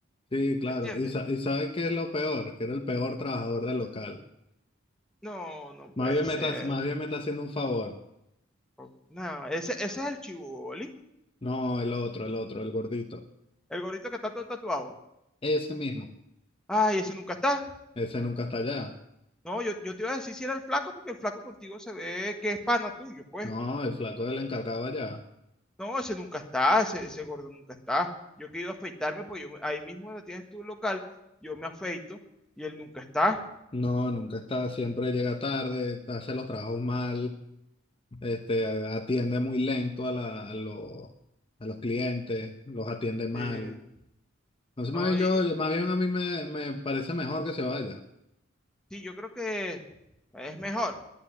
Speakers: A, on the left; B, in the centre.
A: Sí, claro.
B: ¿Me entiendes?
A: ¿Y, sa- y sabes qué es lo peor? Que era el peor trabajador del local.
B: No, no puede
A: Más bien
B: ser.
A: me está, más bien me está haciendo un favor.
B: O- No, ese, ese es el chiboli,
A: No, el otro, el otro, el gordito.
B: el gordito que está todo tatuado.
A: Ese mismo.
B: Ay, ese nunca está.
A: Ese nunca está allá.
B: No, yo, yo te iba a decir si era el flaco, porque el flaco contigo se ve que es pana tuyo, pues.
A: No, el flaco del encargado allá.
B: No, ese nunca está, ese, ese gordo nunca está. Yo quiero afeitarme, pues yo, me- ahí mismo donde tienes tu local, yo me afeito y él nunca está.
A: No, nunca está. Siempre llega tarde, hace los trabajos mal, este, atiende muy lento a, la, a, los, a los clientes, los atiende mal.
B: Eh,
A: Entonces,
B: no,
A: más bien
B: y,
A: yo, más bien a mí me, me parece mejor que se vaya.
B: sí, yo creo que es mejor.